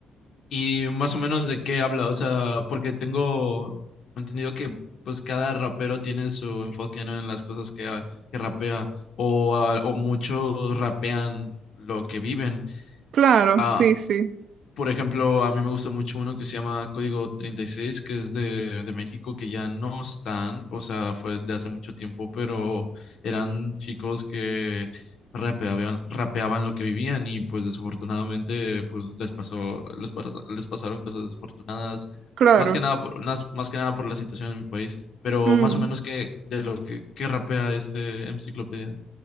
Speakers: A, on the left; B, on the right.
A: Y más o menos de qué habla, o sea, porque tengo entendido que pues cada rapero tiene su enfoque, ¿no? En las cosas que, que rapea o, a- o muchos rapean lo que viven.
B: Claro,
A: Ah,
B: sí, sí,
A: por ejemplo, a mí me gusta mucho uno que se llama Código 36, que es de, de México, que ya no están, o sea, fue de hace mucho tiempo, pero eran chicos que rapeaban, rapeaban lo que vivían y pues desafortunadamente pues les pasó, les, pas- les pasaron cosas desafortunadas,
B: claro.
A: más que nada, por- más, más que nada por la situación en mi país, pero
B: Mm.
A: más o menos que de lo que, que rapea este enciclopedia.